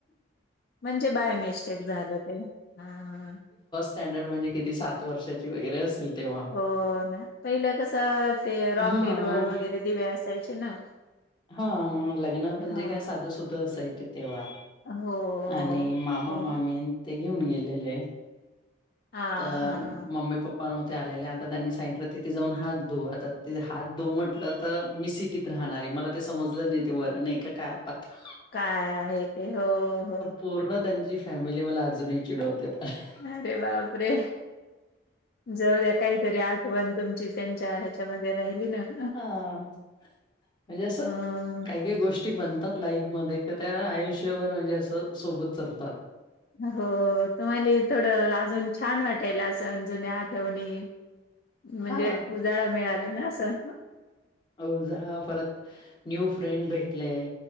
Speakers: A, on the left; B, on the left.
A: म्हणजे बाय मिस्टेक झालं ते हा.
B: स्टॅंडर्ड म्हणजे किती सात. सात वर्षाची वगैरे असेल तेव्हा
A: हो ना पहिलं कसं ते रॉकेल
B: हा हा.
A: वर वगैरे दिवे असायचे ना.
B: हा लग्न म्हणजे
A: हा
B: काय साध सुध. त असायचे तेव्हा
A: हो हो.
B: आणि मामा
A: पहिलं
B: मामी. ते घेऊन गेलेले
A: हा
B: त
A: हा हा.
B: Mummy papa. पण होते आलेले आता त्यांनी सांगितलं तिथे जाऊन हात धू आता ते हात धुऊ म्हट''--'' तर मी सिटीत राहणारी मला ते समजलं नाही ते वरण आहे का काय पातळ.
A: काय आहे ते हो हो.
B: पूर्ण त्यांची फॅमिली मला अजूनही चिडवत. ते प''--''
A: अरे बापरे जाऊ द्या काहीतरी आठवण तुमची त्यांच्या आहेत. त्याच्यामध्ये राहिली ना.
B: हा म्हणजे असं
A: अ
B: काही काही गोष्टी. गी बनतात लाईफ मध्ये क त्या आयुष्यभर म्हणजे असं सोबत चालतात.
A: हो तुम्हाला थोडं अजून छान वाटायला असं जुन्या आठवणी. म्हणजे
B: हा
A: उजाळा मिळाला ना असं.
B: अ उजाळा परत न्यू फ्रेंड भेटले.